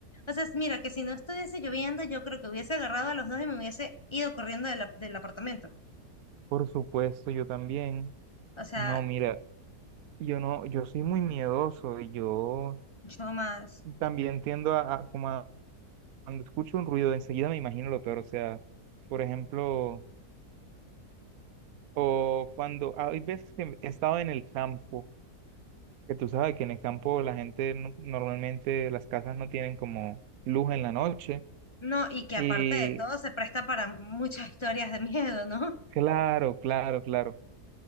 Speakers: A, on the left (about 25°); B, on the right (about 70°).
A: O sea, mira, que si no estuviese lloviendo, yo creo que hubiese agarrado a los dos y me hubiese ido corriendo del, ap- del apartamento.
B: Por supuesto, yo también.
A: O sea,
B: No, mira, yo no, yo soy muy miedoso y yo
A: yo más.
B: también tiendo a, a como a cuando escucho un ruido, enseguida me imagino lo peor. O sea, por ejemplo, o cuando hay veces que he estado en el campo, que tú sabes que en el campo la gente no- normalmente las casas no tienen como luz en la noche.
A: No, y que
B: Y
A: aparte de todo se presta para muchas historias de miedo, ¿no?
B: claro, claro, claro.